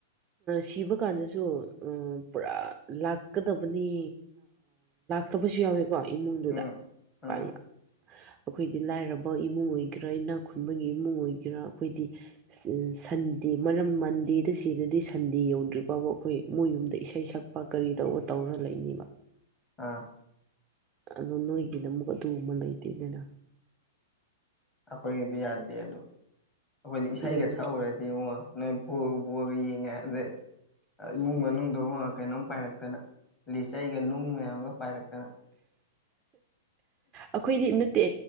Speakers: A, on the right; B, on the left.
A: ꯁꯤꯕ ꯀꯥꯟꯗꯁꯨ ꯄꯨꯔꯥ ꯂꯥꯛꯀꯗꯕꯅꯤ ꯊꯕꯁꯨ ꯌꯥꯎꯋꯦꯀꯣ ꯏꯃꯨꯡꯗꯨꯗ
B: ꯎꯝ ꯎꯝ
A: ꯄꯥꯛꯅ ꯑꯩꯈꯣꯏꯗꯤ ꯂꯥꯏꯔꯕ ꯏꯃꯨꯡ ꯑꯣꯏꯒꯦꯔꯥ ꯏꯅꯥꯛ ꯈꯨꯟꯕꯒꯤ ꯏꯃꯨꯡ ꯑꯣꯏꯒꯦꯔꯥ ꯑꯩꯈꯣꯏꯗꯤ ꯁꯟꯗꯦ ꯃꯔꯝ ꯃꯟꯗꯦꯗ ꯁꯤꯔꯗꯤ ꯁꯟꯗꯦ ꯌꯧꯗ꯭ꯔꯤ ꯐꯕ ꯑꯩꯈꯣꯏ ꯃꯣꯏ ꯌꯨꯝꯗ ꯏꯁꯩ ꯁꯛꯄ ꯂꯄꯥ ꯀꯔꯤ ꯇꯧꯕ ꯇꯧꯔ ꯂꯩꯅꯤꯕ
B: ꯑꯥ
A: ꯑꯗꯣ ꯅꯣꯏꯒꯤꯅ ꯑꯃꯨꯛ ꯑꯗꯨ ꯑꯃ ꯂꯩꯇꯦꯗꯅ
B: ꯑꯩꯈꯣꯏꯒꯤꯗꯤ ꯌꯥꯗꯦ ꯑꯣ ꯑꯩꯈꯣꯏꯗꯤ ꯏꯁꯩꯒ
A: ꯑꯗꯨꯅꯦ
B: ꯁꯛꯎꯔꯗꯤ ꯎꯃꯉ ꯅꯣꯏ ꯄ ꯄꯒ ꯌꯦꯉ ꯑꯗ ꯏꯃꯨꯡ ꯃꯅꯨꯡꯗ ꯀꯩꯅꯣꯝ ꯄꯥꯏꯔꯛꯇꯅ ꯂꯤꯆꯩꯒ ꯅꯨꯡ ꯃꯌꯥꯝꯒ ꯄꯥꯏꯔꯛꯇꯅ
A: ꯑꯩꯈꯣꯏꯗꯤ ꯅꯠꯇꯦ